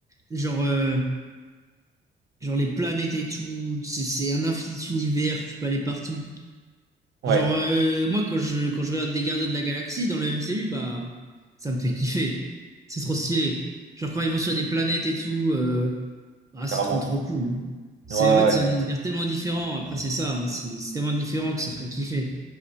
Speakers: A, on the right; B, on the right.
A: genre, euh, genre les planètes et tout, c'est c'est un infini univers, tu peux aller partout.
B: ouais,
A: Genre, euh, moi, quand je, quand je regarde les Gardiens de la Galaxie dans le MCU, bah, ça me fait kiffer. C'est trop stylé. Genre, quand ils vont sur des planètes et tout, euh, ah,
B: carrément.
A: c'est trop, trop cool. C'est,
B: Ouais, ouais.
A: en fait, c'est
B: ouais.
A: un univers tellement différent. Après, c'est ça, hein, c'est c'est tellement différent que ça ferait kiffer.